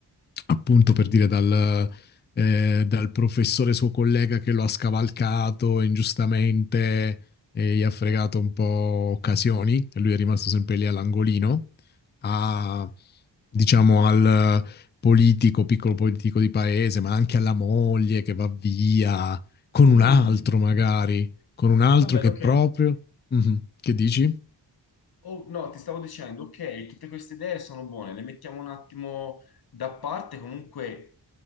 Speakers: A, on the left; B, on the left.
A: appunto per dire dal, eh, dal professore suo collega che lo ha scavalcato ingiustamente e gli ha fregato un po' occasioni, e lui è rimasto sempre lì all'angolino, a, diciamo al politico, piccolo politico di paese, ma anche alla moglie che va via con un
B: Mm,
A: altro magari, con un altro
B: va bene,
A: che
B: ok.
A: proprio... Mhm. Che dici?
B: Oh, no, ti stavo dicendo, ok, tutte queste idee sono buone, le mettiamo un attimo da parte, comunque